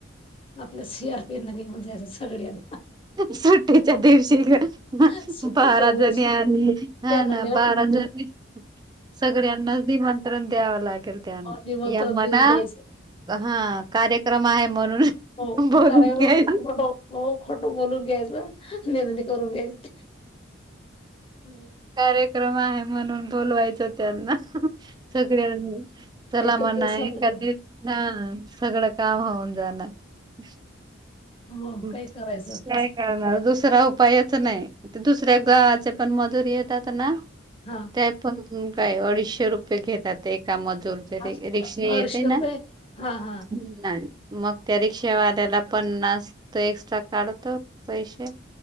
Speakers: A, on the left; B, on the right.
A: आपल्या सीआरपीना घेऊन जायचं सगळ्यांना
B: सुट्टीच्या दिवशी गं.
A: सुट्टीच्या
B: बाराजणी
A: दिवशी
B: आणि हा
A: त्यांना
B: ना
A: नेऊ
B: बाराजणी. <inaudible> सगळ्यांनाच निमंत्रण द्यावं लागेल त्यांना
A: निमंत्रण
B: या म्हना?
A: देऊन द्यायचं
B: हा कार्यक्रम आहे म्हणून
A: हो,
B: बोलून
A: अरे हो
B: घ्यायच.
A: खोटो हो खोट बोलून घ्यायचं. नेंदनी करून घ्यायची. <inaudible>
B: कार्यक्रम आहे म्हणून बोलवायचा त्यांना. सगळयांनी चला
A: एकच
B: म्हणायला
A: दिवसामध्ये
B: का ते <unintelligible> सगळंच. काम होऊन जाणार? <inaudible>
A: मग
B: काय
A: काही करायचं तस
B: करणार दुसरा उपायच नाही? ते दुसऱ्या गावाचे पण मजुरी येतात ना
A: हा
B: त्यात पण. ह काय अडीचशे रुपये घेतात एक काम जोरच्या
A: आ-
B: रिक्षा येते
A: अडीचशे
B: ना
A: रुपये हा हा
B: नाही. मग त्या रिक्षावाल्याला पन्नास त एक्स्ट्रा काढतो पैसे